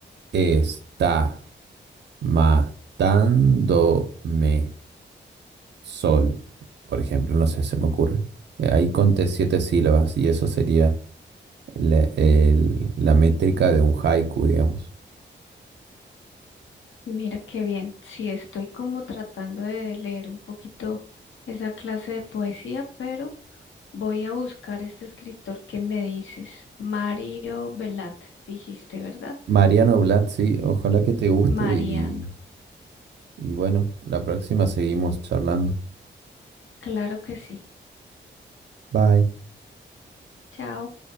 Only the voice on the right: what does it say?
está matándome sol, por ejemplo. No sé, se me ocurre. Eh, Ahí conté siete sílabas y eso sería la, el- la métrica de un haiku, digamos.
Mariano Blatt, sí, ojalá que te guste
y, y bueno, la próxima seguimos charlando.
Bye.